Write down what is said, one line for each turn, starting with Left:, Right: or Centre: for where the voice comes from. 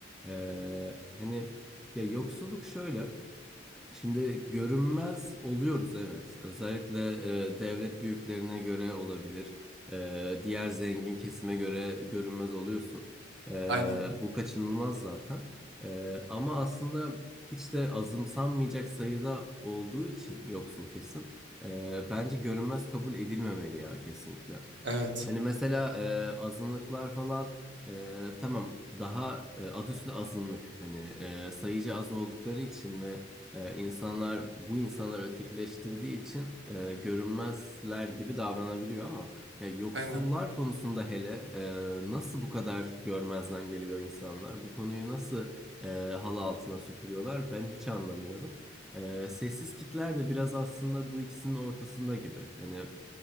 Centre: E, hani... Ya yoksulluk şöyle. Şimdi görünmez oluyoruz evet. Özellikle e, devlet büyüklerine göre olabilir. E, diğer zengin kesime göre görünmez oluyorsun. E,
Right: Aynen.
Centre: bu kaçınılmaz zaten. E, ama aslında hiç de azımsanmayacak sayıda olduğu için yoksul kesim e, bence görünmez kabul edilmemeli ya kesinlikle.
Right: Evet.
Centre: Hani mesela e, azınlıklar falan e, tamam daha e, adı üstünde azınlık hani e, sayıca az oldukları için ve e, insanlar bu insanları ötekileştirdiği için e, görünmezler gibi davranabiliyor ama ya yoksullar
Right: Aynen.
Centre: konusunda hele e, nasıl bu kadar görmezden geliyor insanlar? Bu konuyu nasıl e, halı altına süpürüyorlar? Ben hiç anlamıyorum. E, sessiz kitler de biraz aslında bu ikisinin ortasında gibi. Hani